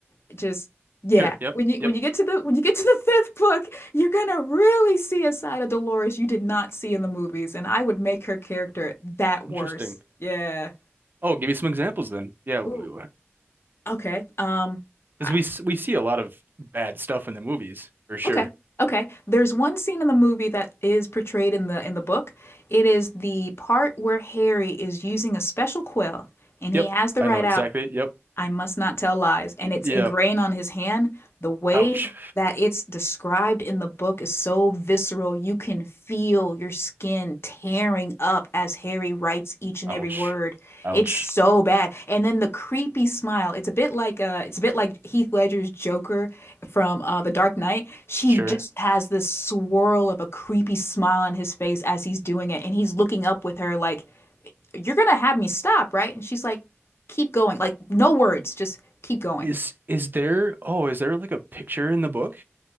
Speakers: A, on the left; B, on the right.
A: it just yeah.
B: Sure. Yep.
A: When you
B: Yep.
A: when you get to the when you get to the <laughs> fifth book, you're gonna really see a side of Dolores you did not see in the movies, and I would make her character that
B: Interesting.
A: worse. Yeah.
B: Oh, give me some examples then. Yeah, because
A: Ooh. Okay. Um, I
B: we s- we see a lot of bad stuff in the movies for sure.
A: Okay. Okay. There's one scene in the movie that is portrayed in the in the book. It is the part where Harry is using a special quill and
B: Yep,
A: he has the
B: I
A: right
B: know exactly.
A: out
B: Yep,
A: I must not tell lies. And it's
B: yep.
A: ingrained on his hand. The way
B: Ouch,
A: that it's described in the book is so visceral. You can feel your skin tearing up as Harry writes each and
B: ouch,
A: every word.
B: ouch.
A: It's so bad. And then the creepy smile. It's a bit like uh it's a bit like Heath Ledger's Joker from uh The Dark Knight. She
B: Sure.
A: just has this swirl of a creepy smile on his face as he's doing it, and he's looking up with her like you're gonna have me stop, right? And she's like, keep going. Like, no words, just keep going.
B: Is is there? Oh, is there like a picture in the book